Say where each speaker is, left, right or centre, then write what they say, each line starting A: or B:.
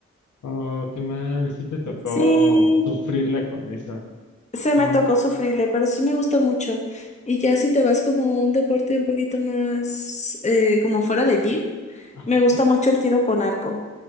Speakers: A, on the left; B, on the left.
A: Oh, qué mal, sí te tocó
B: Sí,
A: sufrirla con eso.
B: se
A: Um,
B: me tocó sufrirle, pero sí me gusta mucho. Y ya si te vas como a un deporte un poquito más, eh, como fuera de allí,
A: ajá.
B: me gusta mucho el tiro con arco.